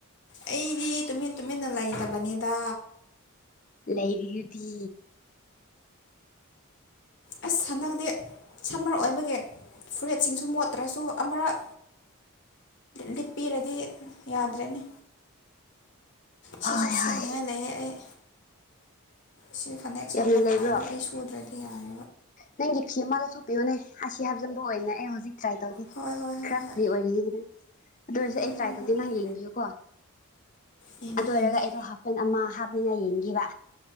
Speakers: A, on the left; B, on the left.
A: ꯑꯩꯗꯤ ꯇꯨꯃꯤꯟ ꯇꯨꯃꯤꯟꯅ ꯂꯩꯇꯕꯅꯤꯗ
B: ꯂꯩꯔꯤꯗꯤ
A: ꯑꯁ ꯍꯟꯗꯛꯇꯤ ꯁꯝꯃꯔ ꯑꯣꯏꯕꯒꯤ ꯐꯨꯔꯤꯠꯁꯤꯡꯁꯨ ꯃꯣꯠꯇ꯭ꯔꯁꯨ ꯑꯃꯔꯛ ꯂꯤꯞꯄꯤꯔꯗꯤ ꯌꯥꯗ꯭ꯔꯦꯅꯦ ꯁꯤꯁꯨ
B: ꯍꯣꯏ
A: ꯁꯨꯅꯤꯉꯥꯏ
B: ꯍꯣꯏ
A: ꯂꯩꯌꯦ ꯑꯩ ꯁꯤ ꯐꯅꯦꯛꯁꯨ
B: ꯌꯥꯝꯅ
A: ꯃꯇꯥꯏꯗꯣ
B: ꯂꯩꯕ꯭ꯔꯣ
A: ꯑꯩ ꯁꯨꯗ꯭ꯔꯗꯤ ꯌꯥꯔ
B: ꯅꯪꯒꯤ ꯐ꯭ꯤ ꯑꯃ ꯂꯧꯊꯣꯛꯄꯤꯌꯣꯅꯦ ꯑꯁꯤ ꯍꯥꯞꯆꯤꯟꯕ ꯑꯣꯏꯅꯅꯦ ꯑꯦ ꯍꯧꯖꯤꯛ ꯇ꯭ꯔꯥꯏ ꯇꯧꯈꯤ
A: ꯍꯣꯏ ꯍꯣꯏ ꯍꯣꯏ
B: ꯈꯔ
A: ꯍꯣꯏ
B: ꯐ꯭ꯔꯤ ꯑꯣꯏꯔꯤꯒꯦꯗ ꯑꯗꯨ ꯑꯣꯏꯔꯁꯨ
A: ꯍꯣꯏ
B: ꯑꯩ ꯇ꯭ꯔꯥꯏ
A: ꯍꯣꯏ
B: ꯇꯧꯒꯦ
A: ꯍꯣꯏ ꯍꯣꯏ
B: ꯅ ꯌꯦꯡꯕꯤꯌꯨꯀꯣ
A: ꯌꯦꯡꯒꯦ
B: ꯑꯗꯨ ꯑꯣꯏꯔꯒ
A: ꯌꯦꯡꯒꯦ
B: ꯑꯩꯗꯣ ꯍꯥꯞꯄꯦꯟ ꯑꯃ ꯍꯥꯞꯂꯤꯉꯥꯏ ꯌꯦꯡꯈꯤꯕ